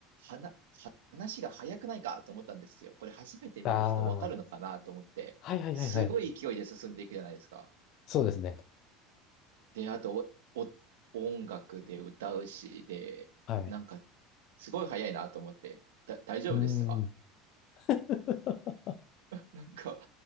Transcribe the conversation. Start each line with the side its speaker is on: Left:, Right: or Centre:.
Right: はな、話が早くないかと思ったんですよ。これ初めて見る人わかるのかなと思って、
Left: あー、はいはいはいはい。
Right: すごい勢いで進んでいくじゃないですか。
Left: そうですね。
Right: で、あと、お、お、音楽で歌うし、で、
Left: はい。
Right: なんか、すごい早いなと思って、だ、大丈夫でしたか
Left: うーん。<laughs>
Right: なんか、